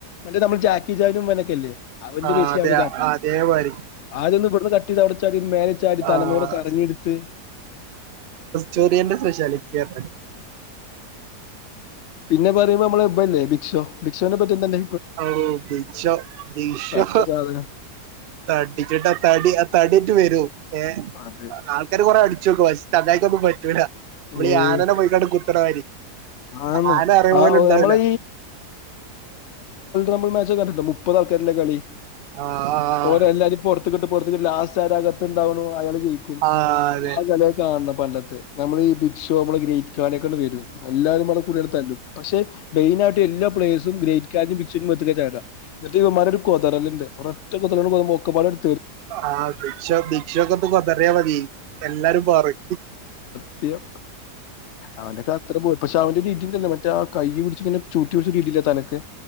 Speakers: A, on the left; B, on the right.
A: മറ്റേ മ്മള് ച കിജാനും വനക്കല്ലേ അവന്റെ
B: ആഹ്
A: ബേസില്
B: അതെ
A: അവന്റെ ചാട്ടം.
B: അതേമാതിരി
A: ആദ്യോന്ന് വട്ന്ന് കട്ടെയ്ത് അവിട് പ്പിൻ മേലെച്ചാടി തലമുറ
B: ആഹ്
A: കറങ്ങിട്ത്ത്
B: ചൊറിയന്റെ സ്പെഷ്യാലിറ്റി അർ
A: ന്നെ പറമ്പം മ്മള് ബല്ലേ ബിക്ഷോ ബിക്ഷോനെ പറ്റിന്തന്നെ
B: ഔ ഭിക്ഷോ ഭിഷൊ
A: തടിച്ച സാധനം
B: തടിച്ചിട്ട തടി ആ തട്യട്ട് വരൂ ഏഹ്
A: അതെ
B: ആൾക്കാര് കൊറെ അടി റ്റുകൊയ്സ് തതായ്താവുമ്പം പറ്റൂല അമ്മളി
A: ഏഹ്
B: ഈ ആനനെ പോയ്ക്കാണ്ട് കുത്തണമായിരി.
A: ആന്ന്
B: ആന അറിയ
A: ആ
B: പോലും ണ്ടാവുല
A: നമ്മളെ നമ്മൾ മാച് കണ്ടിട്ടു മുപ്പതാൾക്കാര്ള്ള കളി
B: ആഹ്
A: ഓരെല്ലാരിം പൊർത്ത്ക് ട്ട് പൊർത്ത്ക് ട്ട് ലാസ്റ്റ് ആരാകത് താവുണു അയളി ജയിക്കും
B: ആഹ് അതെ
A: ആ കളിയെ കാണണം പണ്ടത്തെ നമ്മളെ ഈ ഭിക്ഷോ മ്മളെ ഗ്രേറ്റ്ഖാനൊക്കെണ്ട് വരും എല്ലാരും അള കൂടിടുത്താലൂ പക്ഷെ മെയിനായിട്ട് എല്ലാ പ്ലെസും ഗ്രേറ്റ് കാജും <unintelligible> ചേട എന്നിട്ട് ഇവന്മാരൊരു കൊതറല് ഇണ്ട് റ്റൊക്കൊത്തല് <unintelligible> ഒക്കെ പാടെടു
B: ആഹ് ബിക്ഷ ബിക്ഷക്കൊത്ത് കൊതറിയാ മതി എല്ലാരും പോറ-
A: ത്തിയോ അവന്റെ ഒക്കെ അത്ര പോയി പക്ഷെ അവന്റെ രീതില്ലേ മറ്റേ ആഹ് കൈയ്യും പിടിച്ചിങ്ങനെ ചൂരുട്ടി പിടിച്ച് കിട്ടീലെ തലയ്ക്ക്